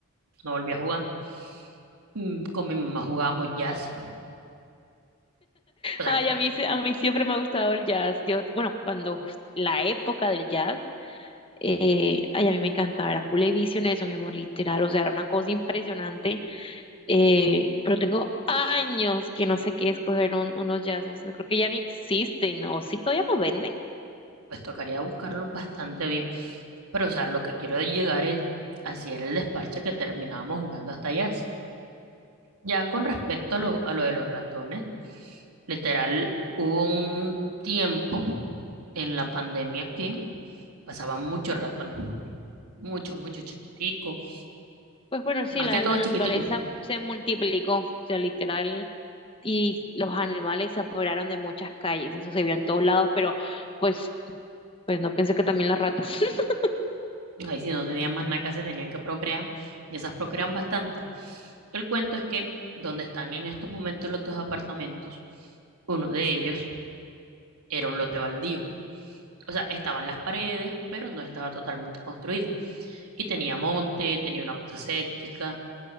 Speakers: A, on the right (about 85°); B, on the left (about 25°).
A: no volví a jugar. Mm, Con mi mamá jugábamos jazz. O sea,
B: Ay, a mí, se- a mí siempre me ha gustado el jazz. Yo, bueno, cuando la época del jazz Eh, ay, a mí me encantaba, era Pule Vision eso, mi amor, literal, o sea, era una cosa impresionante, eh, pero tengo años que no sé qué escoger un- unos jazzes, no creo que ya ni existen, o si todavía no venden,
A: pues tocaría buscarlos bastante bien. Pero, o sea, lo que quiero llegar es, así era el desparche que terminábamos jugando hasta jazz. Ya con respecto a lo, a lo de los ratones, literal, hubo un tiempo en la pandemia que pasaban muchos ratones, muchos, muchos chiquiticos,
B: pues bueno, sí,
A: más
B: la,
A: que todo
B: la
A: chiquiticos.
B: naturaleza se multiplicó, o sea, literal, y los animales se apoderaron de muchas calles, eso se vio en todos lados, pero pues, pues no pensé que también las ratas. <laughs>
A: Ahí sí no tenían más nada que hacer, tenían que procrear, y esas procrean bastante. El cuento es que donde están en estos momentos los dos apartamentos, uno de ellos era un lote baldío. O sea, estaban las paredes, pero no estaba totalmente construido. Y tenía monte, tenía una fosa séptica